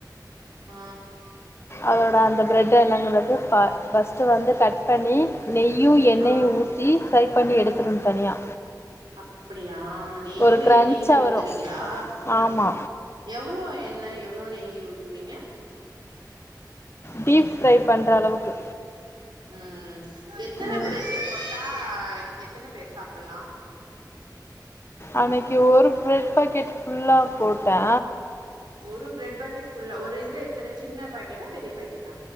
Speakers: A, on the right (about 80°); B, on the left (about 35°).
A: ஆ
B: அதோட அந்த பிரெட்ட என்ன பண்றது ப ஃபஸ்ட்டு வந்து கட் பண்ணி நெய்யு எண்ணெயு
A: ஆ
B: ஊத்தி ஃப்ரை பண்ணி எடுத்தற்னு தனியா
A: அப்படியா நெய்யு
B: ஒரு கிரன்ச்சா
A: என்னையிமே ஊத்துவீங்களா
B: வரு ஆமா
A: எவ்ளோ என்ன எவ்ளோ நெய் ஊத்துவீங்க
B: டீப் ஃப்ரை பண்ற அளவுக்கு
A: ம் எத்தன
B: ம்
A: பிரெட் போட்டா எத்தன பேர் சாப்பல்லா
B: அன்னைக்கு ஒரு ப்ரெட் பாக்கெட் ஃபுல்லா போட்டே
A: ஒரு ப்ரெட் பாக்கெட் ஃபுல்லா ஒரு இதுல எத்தனை சின்ன பாக்கெட்டா பெரிய பாக்கெட்டா